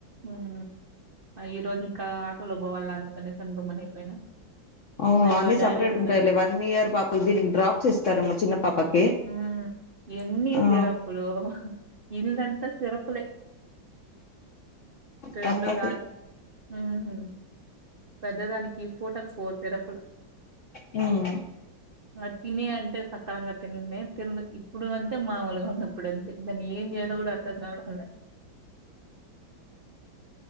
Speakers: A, on the right (about 60°); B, on the left (about 60°).
A: ఉం ఈ రోజు ఇంకా ఆటోలో బోవాల అందుకనీసం గుమ్మన్ అయిపోయినా
B: ఆ
A: రేపు
B: అన్ని
A: వాళ్ళ డాడీ
B: సపరేట్
A: వస్తాడు
B: ఉంటాయిలే వన్ ఇయర్ పాపకి దీనికి డ్రాప్స్ ఇస్తారేమో చిన్న పాపకి
A: మ్మ్ ఎన్ని
B: ఆ
A: సిరప్లు ఇల్లంత సిరప్లే
B: తప్పదు
A: రెం కాదు ఉహుం తగ్ దదానికి ఫోటక్ఫోర్ సిరప్లు
B: మ్
A: ఆ తినే అంటే సక్కరంగా తినే తి ఇప్పుడు అంటే మామూలుగా ఉన్నప్పుడుంతే దాన్ని ఏం చేయాలో కూడా అర్థం కావడం లే